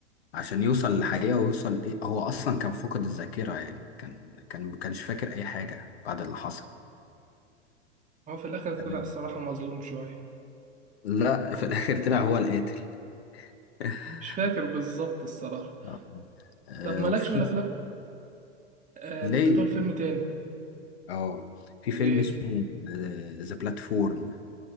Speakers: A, on the left; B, on the right.
A: عشان يوصل للحقيقه ويوصل ايه هو اصلا كان فاقد الذاكره يعني كان كان ما كانش فاكر اي حاجه بعد اللي حصل
B: هو في الآخر طلع
A: <laughs>
B: الصراحة مظلوم شوية
A: لا في الاخر طلع هو القاتل <laughs>
B: مش فاكر بالظبط الصراحة
A: آه آه،
B: طب مالكش
A: وفي
B: في الأفلام آه
A: ليه
B: كنت هتقول فيلم تاني
A: اه في فيلم
B: ايه
A: اسمه ذا بلاتفورم